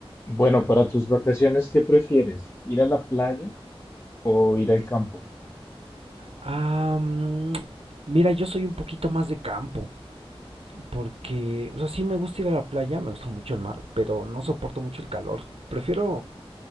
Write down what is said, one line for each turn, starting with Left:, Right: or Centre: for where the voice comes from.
Left: Bueno, para tus vacaciones, ¿qué prefieres? ¿Ir a la playa o ir al campo?
Right: Ah, mm, mira, yo soy un poquito más de campo, porque, o sea, sí me gusta ir a la playa, me gusta mucho el mar, pero no soporto mucho el calor. Prefiero,